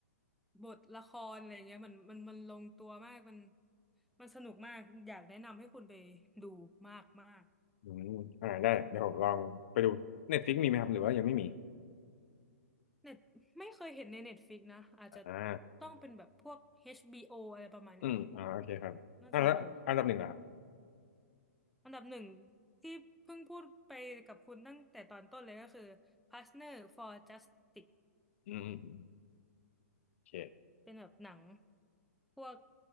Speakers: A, in the centre; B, on the left (about 55°).
A: บทละครอะไรเงี้ยมันมันมันลงตัวมากมันมันสนุกมากอยากแนะนำให้คุณไปดูมากมาก
B: อืมอ่าได้เดี๋ยวผมลองไปดูเน็ตฟลิกมีไหมครับ
A: อืม
B: หรือว่ายังไม่มี
A: เน็ตไม่เคยเห็นในเน็ตฟ i ิกนะอาจจะ
B: อ่า
A: ต้องเป็นแบบพวก HBO อชบีโออะไรประมาณเนี้ย
B: อืมอ่าโอเคครับอ่าแล้วอันดับหนึ่งเหรอครับ
A: น่าจะมีอันดับหนึ่งที่เพิ่งพูดไปกับคุณตั้งแต่ตอนต้นเลยก็คือ Partner for Justice
B: อืมอืมอืมโอเค
A: เป็นแบบหนังพวก